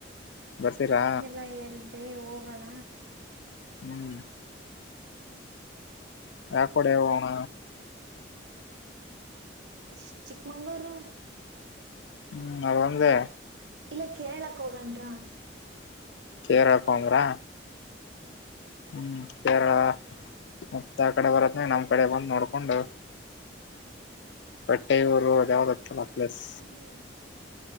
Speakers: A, on the left; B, on the right.
A: ಬರ್ತೀರಾ
B: ನನ್ಸಿಗೆಲ್ಲ ಹೇಳಿ ಹೋಗೋಣ
A: ಹ್ಮ್
B: ಒಫ್
A: ಯಾ ಕಡೆ ಹೋಗೋಣ
B: ಇ ಚಿಕ್ಕಮಂಗಳುರು
A: ಹ್ಮ್ ಅದ ಒಂದೇ
B: ಇಲ್ಲ ಕೇರಳಕ್ಕೆ ಹೋಗಣ್ರಾ
A: ಕೇರಳ ಹೋಗ. ಬ್ರಾ
B: ಹ್ಮ್
A: ಹ್ಮ್ ಕೇರಳ ಮತ್ತ ಯಾ ಕಡೆ ಬರುತ್ತೆ ನಮ್ ಕಡೆ ಬಂದು ನೋಡ್ಕೊಂಡು ಬಟ್ಟೆ ಊರು ಯಾವ್ದತಲ್ಲ ಪ್ಲಸ್
B: ಹ್ಞೂ